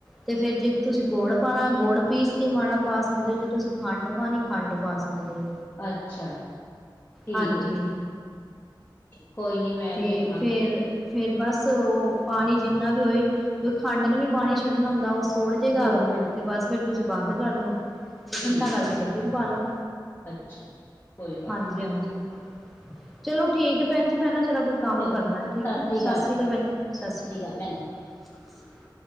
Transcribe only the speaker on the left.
ਅੱਛਾ ਜੀ ਠੀਕ
ਹੈ। ਕੋਈ ਨੀ ਮੈਂ
ਵੇਖਾਂਗੀ
ਗੁੜ ਨੇ
ਠੀਕ
ਅੱਛਾ ਜੀ। ਕੋਈ ਗੱਲ
ਵੇਖਾਂਗੇ
ਚਲੋ
ਸਤਿ
ਸ੍ਰੀ
ਅਕਾਲ ਭੈਣ ਜੀ।